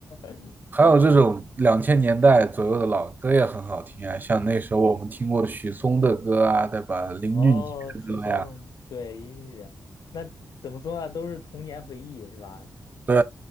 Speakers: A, on the left (about 80°); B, on the right (about 30°).
A: <laughs>
B: 还有这种两千年代左右的老歌也很好听啊，
A: 嗯
B: 像那时候我们听过的许嵩的歌啊，对吧？林俊杰的歌呀，
A: 哦，许嵩，对，音乐，那怎么说呢？都是童年回忆，是吧？
B: 对